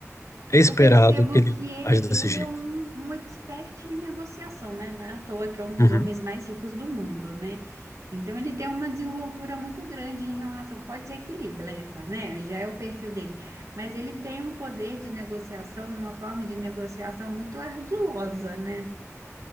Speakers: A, on the left; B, on the right.
A: é esperado
B: Eu percebo
A: que ele
B: que ele,
A: age desse
B: ele
A: jeito.
B: é um, um expert em negociação, né? Não é à toa que é um dos
A: Uhum.
B: homens mais ricos do mundo, né? Então ele tem uma desenvoltura muito grande em relação, pode ser que ele blefa, né? Já é o perfil dele, mas ele tem um poder de negociação, uma forma de negociação muito ardilosa, né?